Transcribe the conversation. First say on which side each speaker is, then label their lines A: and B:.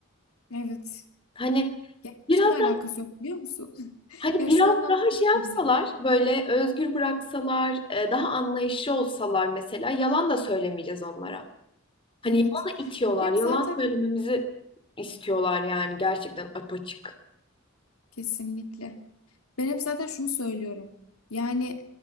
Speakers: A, on the left; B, on the left.
A: Evet.
B: Hani
A: Ya hiçbir
B: biraz
A: şey de
B: daha
A: alakası yok biliyor musun? <laughs>
B: hani
A: Ya
B: biraz
A: şu anlamda
B: daha
A: çok
B: şey yapsalar
A: yani.
B: böyle özgür bıraksalar e, daha anlayışlı olsalar mesela yalan da söylemeyeceğiz onlara. Hani
A: Evet.
B: yalanı itiyorlar.
A: Ben hep
B: Yalan
A: zaten
B: söylememizi istiyorlar yani gerçekten apaçık.
A: kesinlikle. Ben hep zaten şunu söylüyorum. Yani